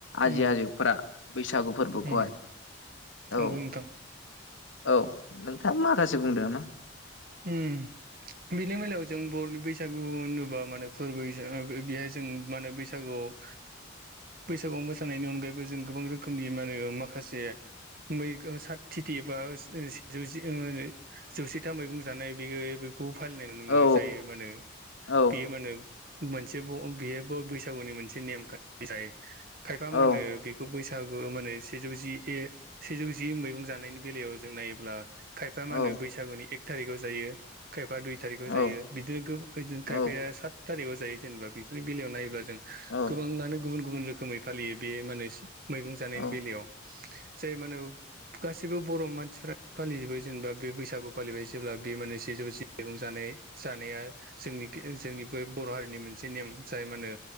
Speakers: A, on the left; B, on the right.
A: आजै
B: उम
A: आजौफोरा बैसागु फोरबोखौहाय
B: उम
A: औ।
B: नंगौ नोंथां
A: औ नोंथाङा माखासे बुंदो नामा।
B: उम। बिनि मेलायाव जों बर'नि बैसागु होनोबा माने फोरबो बेहाय जों मा होनो बैसागुआव
A: <inaudible>
B: बैसागु मोसानायनि अनगायैबो जों गोबां रोखोमनि मा होनो माखासे मै साथिथि एबा सेजौ जि मा होनो जौसेथा मैगं जानाय बि बेखौ फालिनाय नुनो मोनो
A: औ
B: जायो माहोनो
A: औ
B: बियो माहोनो मोनसे बेहबो बैसागुनि मोनसे नेम खान्थि जायो खायफा मा
A: औ
B: होनो बैसागु माने सेजौ जि ए सेजौ जि मैगं जानायनि बेलायाव जों नायोब्ला खायफा मा होनो
A: औ
B: बैसागुनि एक थारिखाव जायो खायफा दुइ थारिखाव
A: औ
B: जायो बिदिनो ओ खायफाया
A: औ
B: सात थारिखआव जायो जेनेबा बेफोरनि बेलायाव नायोब्ला जों
A: औ।
B: गुबुन गुबुन रोखोमै फालियो बे माने मैगं जानायनि
A: औ
B: बेलायाव जाय माने गासिबो बर' मानसिफ्रा फालिजोबो जेनेबा बे बैसागु फालिबाय जेब्ला बे माने सेजौ जि मैगं जानाय जानाया जोंनि जोंनि बे बर' हारिनि मोनसे नेम जाय मा होनो